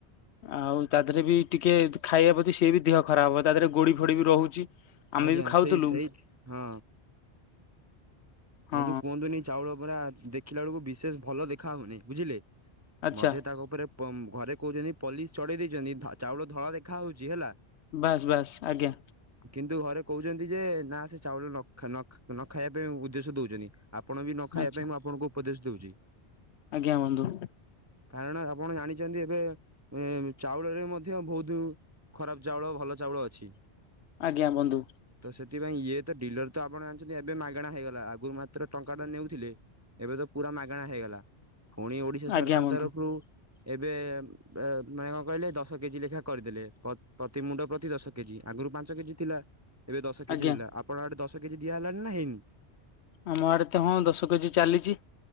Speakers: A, on the left; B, on the right.
A: ଆଉ ତା ଦେହ ବି ଟିକେ ଖାଇବା ପ୍ରତି ସିଏ ବି ଦେହ ଖରାପ ହବ, ତା ଦେହରେ ଗୋଡି ଫୋଡି ବି ରହୁଛି। ଆମେ
B: ଆଜ୍ଞା
A: ବି ଖାଉଥିଲୁ
B: ସେଇ ସେଇଟି ହଁ।
A: ହଁ
B: ହଁନ୍ତୁ କୁହନ୍ତୁନି ଚାଉଳ ପୁରା ଦେଖିଲା ବେଳକୁ ବିଶେଷ ଭଲ ଦେଖା ହଉନି ବୁଝିଲେ।
A: ଆଚ୍ଛା
B: ମୋତେ ତାଙ୍କ ଉପରେ ଘରେ କହୁଛନ୍ତି ପଲିସ୍ ଚଢ଼େଇ ଦେଇଛନ୍ତି, ଚାଉଳ ଧଳା ଦେଖାହଉଛି ହେଲା
A: ବାସ୍ ବାସ୍ ଆଜ୍ଞା।
B: କିନ୍ତୁ ଘରେ କହୁଛନ୍ତି ଯେ ନା ସେ ଚାଉଳ ନ ଖା ନ ଖା ନ ଖାଇବା ପାଇଁ ଉଦ୍ଦେଶ୍ୟ ଦଉଛନ୍ତି। ଆପଣ ବି ନ ଖାଇବା
A: ଆଚ୍ଛା।
B: ପାଇଁ ମୁଁ ଆପଣଙ୍କୁ ଉପଦେଶ ଦଉଛି।
A: ଆଜ୍ଞା ବନ୍ଧୁ।
B: କାରଣ ଆପଣ ଜାଣିଛନ୍ତି ଏବେ ଚାଉଳରେ ମଧ୍ୟ ବହୁତ ଖରାପ ଚାଉଳ ଭଲ ଚାଉଳ ଅଛି।
A: ଆଜ୍ଞା ବନ୍ଧୁ
B: ତ ସେଥିପାଇଁ ଇଏ ତ ଡିଲର ତ ଆପଣ ଜାଣିଛନ୍ତି, ଏବେ ମାଗଣା ହେଇଗଲା। ଆଗରୁ ମାତ୍ର ଟଙ୍କା ଟା ନେଉଥିଲେ, ଏବେ ତ ପୁରା ମାଗଣା ହେଇଗଲା। ପୁଣି ଓଡିଶା ସରକାର
A: ଆଜ୍ଞା ବନ୍ଧୁ
B: ତରଫରୁ ଏବେ ମାନେ କଣ କହିଲେ ଦଶ କେଜି ଲେଖା କରିଦେଲେ ପ୍ରତି ମୁଣ୍ଡ ପ୍ରତି ଦଶ କେଜି। ଆଗରୁ ପାଞ୍ଚ କେଜି ଥିଲା, ଏବେ ଦଶ କେଜି
A: ଆଜ୍ଞା
B: ଥିଲା ଆପଣ ଆଡେ ଦଶ କେଜି ଦିଆହେଲାଣିି ନା ହେଇନି?
A: ଆମ ଆଡେ ତ ହଁ ଦଶ କେଜି ଚାଲିଛି